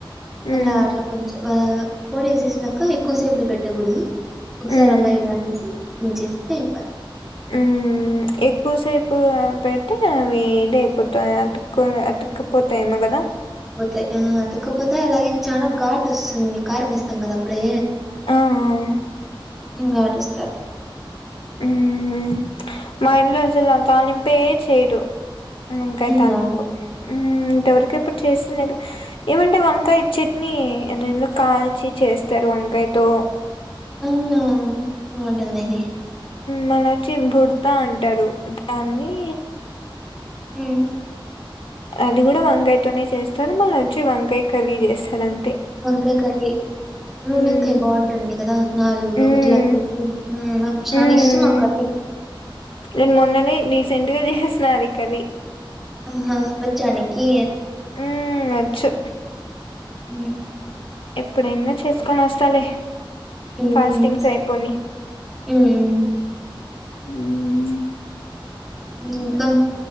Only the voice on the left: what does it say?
మ్మ్
మ్మ్
మ్మ్ ఎక్కువ సేపు పెట్టి అవి ఇద అయిపోతాయి అతుక్కొని అతుక్కు పోతాఏమో గద
ఆ ఆ
మ్మ్ మా ఇంట్లో అసల ఆ తాలింపే చేయరు వంకాయ్
తాలింపు మ్మ్ ఇంతవరకె ఎప్పుడు చేసిందే లేదు ఏమంటే వంకాయ చట్నీ ఏ దేందో కాల్చి చేస్తారు వంకాయ్ తో
మళ్ళ చింపుర్తా అంటారు దాన్ని
అది కూడా వంగాయతోనే చేస్తారు మళ్ళ వచ్చి వంకాయ్ కర్రీ చేస్తారం
మ్మ్
మ్మ్
మ్మ్
నేను మొన్ననే రీసెంట్ గా చేసిన అది కర్రీ
మ్మ్ వచ్చు
ఎప్పుడైన చూసుకొని వస్తాలే
ఫాస్టింగ్స్
అయిపోని
మ్మ్